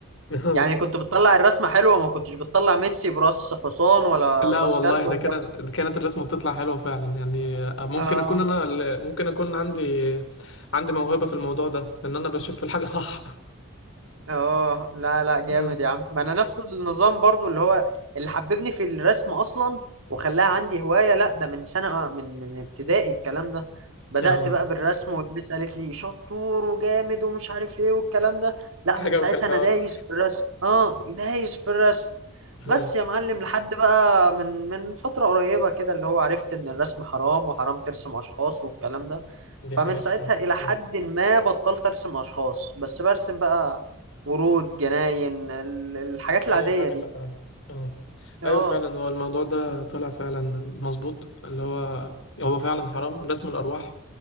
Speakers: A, on the left; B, on the right.
A: <laughs>
B: يعني كنت بتطلع الرسمه حلوه ما كنتش بتطلع ميسي براس حصان ولا
A: لا
B: براس
A: والله
B: كلب والكلام
A: ده كان
B: ده.
A: ده كانت الرسمة بتطلع حلوة فعلا يعني ممكن
B: اه
A: أكون أنا ال- ممكن أكون عندي عندي موهبة في الموضوع ده إن أنا بشوف الحاجة <laughs> صح
B: اه لا لا جامد
A: أمم.
B: يا عم ما انا نفس النظام برضو اللي هو اللي حببني في الرسم اصلا وخلاها عندي هواية لا ده من سنة آه، من من ابتدائي الكلام ده بدأت
A: اه
B: بقى بالرسم والمس قالت لي شطور وجامد ومش عارف ايه والكلام ده لا
A: عجبك
B: من ساعتها
A: الحوار
B: انا دايس في الرسم اه دايس في الرسم بس
A: آه،
B: يا معلم لحد بقى من من فترة قريبة كده اللي هو عرفت ان الرسم حرام وحرام ترسم اشخاص والكلام ده
A: دي
B: فمن
A: حقيقة
B: ساعتها
A: الصراحة
B: الى حد
A: آه.
B: ما بطلت ارسم اشخاص بس برسم بقى ورود جناين ال- الحاجات
A: أي
B: العادية
A: حاجة
B: دي
A: طبعا اه
B: اه
A: أيوة فعلا هو الموضوع ده طلع فعلا مظبوط اللي هو هو فعلا حرام رسم الأرواح